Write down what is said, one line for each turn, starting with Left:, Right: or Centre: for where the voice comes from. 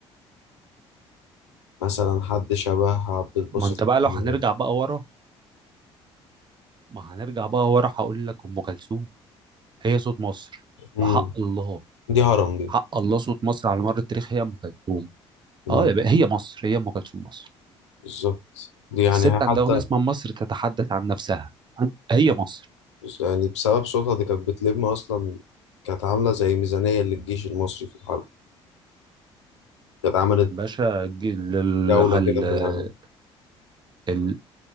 Left: مثلا حد شبه عبد الباسط
Right: ما أنت بقى لو
Left: مم.
Right: هنرجع بقى ورا ما هنرجع بقى ورا هقول لك أم كلثوم هي صوت مصر
Left: مم.
Right: بحق الله
Left: دي هرم دي
Right: حق الله صوت مصر على مر التاريخ هي أم كلثوم
Left: مم.
Right: اه يا بقى هي مصر هي أم كلثوم مصر
Left: بالظبط دي يعني
Right: الست
Left: هي
Right: عندها
Left: حتى
Right: أغنية اسمها مصر تتحدث عن نفسها عن- هي مصر
Left: يعني بسبب صوتها دي كانت بتلم أصلا كانت عاملة زي ميزانية للجيش المصري في الحرب كانت عملت
Right: باشا ج- ال- ال-
Left: جولة كده في
Right: ال-
Left: العالم
Right: ال-